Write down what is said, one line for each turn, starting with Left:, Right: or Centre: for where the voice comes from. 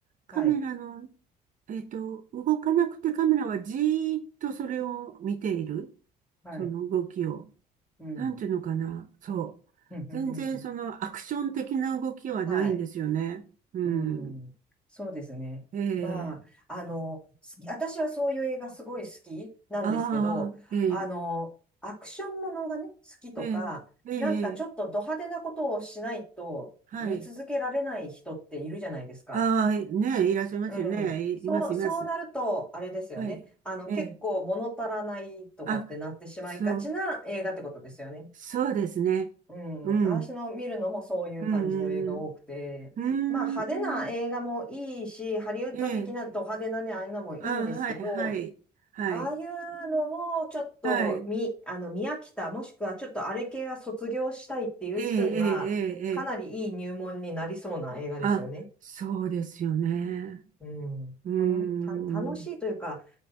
Right: カメラの、
Centre: はい。
Right: えっと、動かなくてカメラはじーっとそれを見ている。
Centre: はい。
Right: その動きを。
Centre: うん。
Right: なんていうのかな。そう。
Centre: <laughs>
Right: 全然そのアクション的な動きはないんですよね。
Centre: はい。
Right: うん。
Centre: うん、そうですね。
Right: え
Centre: まあ、
Right: え。
Centre: あの、好き、私はそういう映画すごい好きなんですけど、
Right: ああ、ええ、
Centre: あの、アクションものがね、好きとか、
Right: ええ、ええ、
Centre: なんかちょっとド派手なことをしないと見続けられない人っているじゃないですか。
Right: ええはい。ああ、ねえ、いらっしゃいますよね。
Centre: うん。
Right: いいます、
Centre: そう、
Right: います。
Centre: そうなると、あれですよね。
Right: はい。
Centre: あの、
Right: ええ。
Centre: 結構物足らないとかってなってしまいがちな映画ってことですよね。
Right: あ、そう、そうですね。
Centre: うん、
Right: うん。
Centre: 私の見るのもそういう感じの映画多くて、
Right: うん、うん、うん。
Centre: まあ派手な映画もいいし、
Right: うーん。
Centre: ハリウッド的なド派手なね、
Right: ええ。
Centre: ああいうのもいいんですけど、
Right: あ、はい、はい。はい。
Centre: ああいうのをちょっと見、
Right: はい。
Centre: あの、見飽きた、もしくはちょっとあれ系は卒業したいっていう人には、
Right: ええ、ええ、ええ。
Centre: かなりいい入門になりそうな映画ですよね。
Right: ええあ、そうですよね。
Centre: うん。
Right: うーん。
Centre: あの、た、楽しいというか、